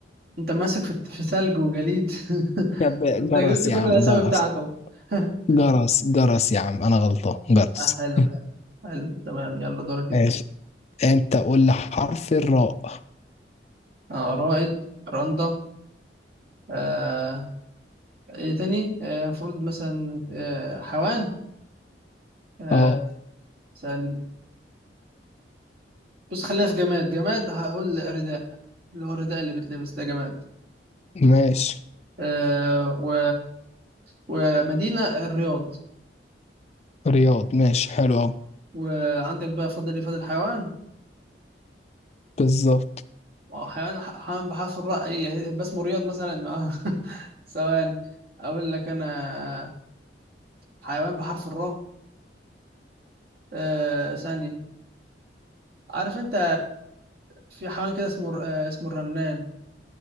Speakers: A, on the right; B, on the left.
A: انت ماسك في في ثلج وجليد <laughs>
B: طب جرس
A: انت جبت كل
B: يا عم
A: الاسامي
B: جرس
A: بتاعته <laughs>
B: جرس جرس يا عم انا غلطان جرس
A: آه حلو حلو حلو تمام يلا
B: <laughs>
A: دورك انت
B: ماشي انت قول لي حرف الراء
A: اه رائد رندا آه ايه تاني آه، المفروض مثلا آه حيوان آه
B: اه
A: ثاني بص خلينا في جماد جماد هقول رداء اللي هو الرداء اللي بتلبس ده جماد
B: ماشي
A: آه، و... ومدينة الرياض
B: رياض ماشي حلو قوي
A: وعندك بقى فاضل لي فاضل حيوان
B: بالظبط
A: آه، حيوان حيوان بحرف الراء اي باسمه رياض مثلا <laughs> ثواني اقول لك انا حيوان بحرف الراء آه، ثانية عارف انت في حيوان كده اسمه الر- آه، اسمه الرنان